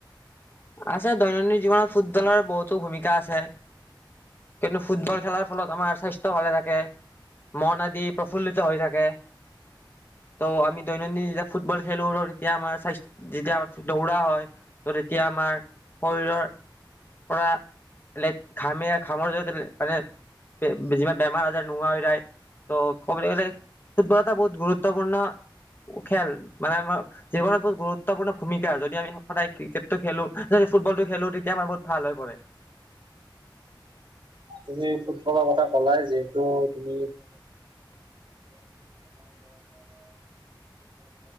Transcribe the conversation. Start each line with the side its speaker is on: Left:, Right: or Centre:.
Left: আছে দৈনন্দিন জীৱনত ফুটবলৰ বহুতো ভূমিকা আছে। কিন্তু ফুটবল খেলাৰ ফলত আমাৰ স্বাস্থ্য ভালে থাকে। মন আদি প্ৰফুল্লিত হৈ থাকে ত' আমি দৈনন্দিন যেতিয়া ফুটবল খেলো তেতিয়া আমাৰ স্বাস্থ যেতিয়া আমাৰ দৌৰা হয় ত' তেতিয়া আমাৰ। শৰীৰৰ পৰা লেট ঘামে। জতে মানে যিমান বেমাৰ আজাৰ নোহোৱা হৈ যায় ত' ক'বলৈ গ'লে ফুটবল এটা বহুত গুৰুত্বপূৰ্ণ খেল মানে আমাৰ জীৱনত বহুত গুৰুত্বপূৰ্ণ ভূমিকা যদি আমি সদায় ক্ৰিকেটটো খেলো যদি ফুটবলটো খেলো তেতিয়া আমাৰ বহুত ভাল হৈ পৰে।
Right: তুমি ফুটবলৰ কথা কলাই যিহেতু তুমি।